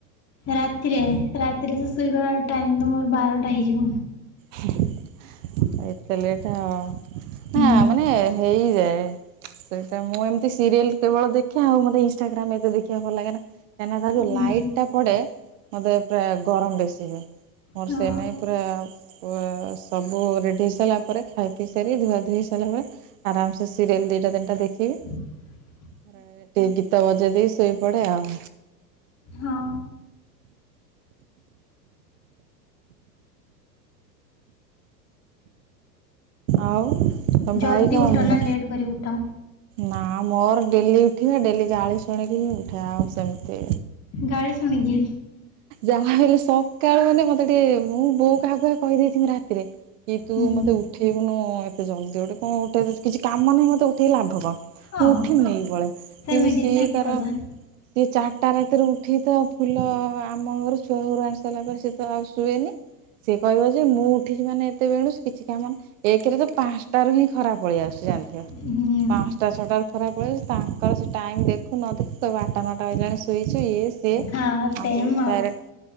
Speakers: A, on the left (about 30°); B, on the right (about 50°).
A: ରାତିରେ ରାତିରେ ତ ଶୋଇବା ଟାଇମ ତ ମୋର ବାରଟା ହେଇଯିବ।
B: <inaudible> ଏତେ ଲେଟ୍ ଆଉ।
A: ହୁଁ
B: ହଁ ମାନେ ହେଇଯାଏ। ସେଇଟା ମୁଁ ଏମତି ସିରିଏଲ କେବଳ ଦେଖେ ଆଉ ମତେ ଇଷ୍ଟାଗ୍ରାମ ଏତ ଦେଖିବାକୁ ଭଲ ଲାଗେ ନା। କାହିଁକିନା ତାକୁ
A: ହୁଁ
B: ଲାଇଟ୍ ଟା ପଡେ ମତେ ପୁରା ଗରମ ବେଶୀ ହୁଏ ମୋର
A: ହଁ
B: ସେ ନେଇାଇ ସବୁ ରେଡି ହେଇ ସାରିଲାପରେ ଖାଇପି ସାରି ଧୁଆଧୁଇ ସାରିଲା ପରେ ଆରମ ସେ ସିରିଏଲ ଦିଟା ତିନଟା ଦେଖିବି।
A: <inaudible>
B: ଟିକେ ଗୀତ ବଜେଇ ଦେଇେକି ଶୋଇପଡେ ଆଉ।
A: ହଁ।
B: ଆଉ ତମ
A: ଜଲ୍ଦି
B: ଭାଇ କଣ
A: ଉଠ ନା ଲେଟ କରି ଉଠ।
B: ନା ମୋର ଡେଲି ଉଠିବା ଡେଲି ଗାଳି ଶୁଣିକିି ଉଠେ ଆଉ ସେମିତି
A: ଗାଳି ଶୁଣିଛି
B: ଯାହା ହେଲେ ସକାଳୁମାନେ ତ ଟେ ମୁଁ ବୋଉ କାହାକୁ କାହା କହିଦେଇିଥିବି ରାତିରେ କି ତୁ
A: ହୁଁ
B: ମତେ ଉଠ ହଁ ଏତେ ଜଲଦି ଗୋଟେ କଣ ଉଠେ କିଛି କାମହିଁ ମତେ ଉୋଠେଇ ଲାଭ କଣ?
A: ହଁ
B: ମୁଁ ଉଠିମିନି କି ବଳେ
A: ସେମିତି
B: କିନ୍ତୁ ସିଏ
A: ଠିକ
B: ତାର
A: କଥା।
B: ସି ଚାରିଟା ରାତିରେ ଉ ଏଠି ତ ଫୁଲ ଆମଘରୁ ଛୁଆଉଘରୁ ଆଣିସାରିଲା ପରେ ସେ ତ ଆଉ ଶୁଏନି। ସେ କହିବ ଯେ ମୁଁ ଉଠିଛି ମାନେ ଏତେବେଣୁଶୁ କିଛି କାମ ନାହିଁ। ଏକରେ ତ ପାଞ୍ଚଟ ର ହିଁ ଖରାପ ପଳେଇଆସୁଛି ଜାଣିଥିବ
A: ହୁଁ
B: ପାଞ୍ଚଟା ଛଅଟ ର ଖରାପଲେଇ ଆସୁଛି ତାଙ୍କର ସେ ଟାଇମ୍ ଦେଖୁ ନ ଦେଖୁ କହିବ ଆଟା ନଅଟା ବାଜିଲାଣି ଶୋଇଚୁ ଇଏ ସିଏ। ସି
A: ହଁ ସେମ୍
B: ଆଉ ଡାଇରେକ୍ଟ